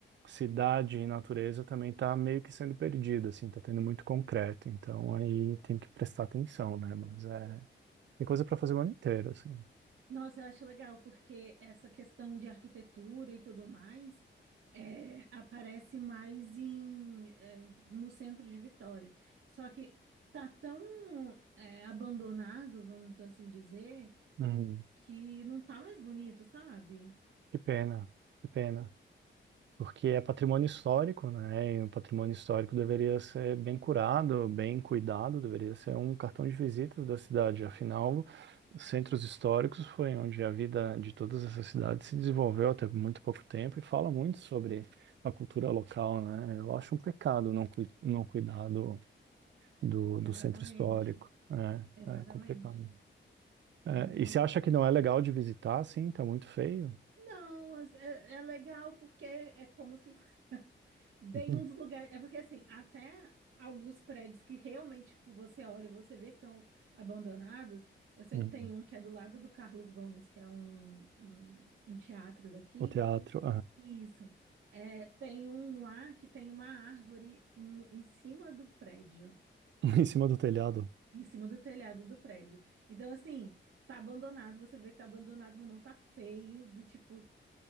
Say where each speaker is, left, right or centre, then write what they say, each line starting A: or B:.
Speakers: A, on the right; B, on the right.
A: cidade e natureza também está meio que sendo perdido, assim, tá tendo muito concreto. Então aí tem que prestar atenção, né? Mas é, tem coisa para fazer o ano inteiro, assim.
B: Nossa, eu acho legal, porque essa questão de arquitetura e tudo mais é, aparece mais em, é, no centro de Vitória. Só que tá tão é, abandonado, vamos assim dizer.
A: Uhum.
B: que não tá mais bonito, sabe?
A: Que pena, que pena. porque é patrimônio histórico, né? E o patrimônio histórico deveria ser bem curado, bem cuidado, deveria ser um cartão de visitas da cidade. Afinal, centros históricos foi onde a vida de todas essas cidades se desenvolveu até muito pouco tempo e fala muito sobre a cultura local, né? Eu acho um pecado não, cui- não cuidar do, do,
B: Exatamente,
A: do centro histórico.
B: exatamente.
A: É, é complicado.
B: É
A: É,
B: muito.
A: e você acha que não é legal de visitar? Sim, tá muito feio.
B: Não, as- é, é legal porque é como se <laughs> tem
A: Uhum.
B: uns lugares.
A: <laughs>
B: É porque assim, até alguns prédios que realmente tipo, você olha e você vê que estão abandonados. Eu sei
A: Uhum.
B: que tem um que é do lado do Carlos Gomes, que é um, um, um teatro daqui.
A: O teatro.
B: Isso. É, tem um lá que tem uma árvore no- em cima do prédio.
A: <laughs> Em cima do telhado.
B: Em cima do telhado do prédio. Então, assim, tá abandonado, você vê que tá abandonado, mas não tá feio, do tipo